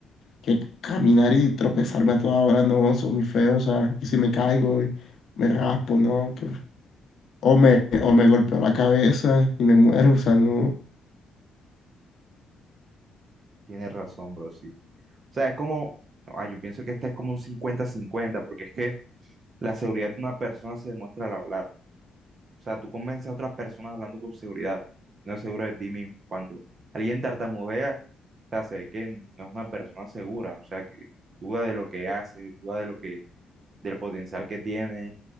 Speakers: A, on the left (about 60°); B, on the right (about 50°).
A: que caminar y tropezarme a toda hora. No, soy muy feo, o sea, y si me caigo y me raspo, ¿no? que- o me, o me golpeo la cabeza y me muero, o sea, no.
B: Tienes razón, bro, sí. O sea, es como, no, ah, yo pienso que este es como un cincuenta cincuenta porque es que la seguridad de una persona se demuestra al hablar. O sea, tú convences a otras personas hablando con seguridad, no es seguro de ti mismo. Cuando alguien tartamudea, o sea, se ve que no es una persona segura, o sea, que duda de lo que hace, duda de lo que, del potencial que tiene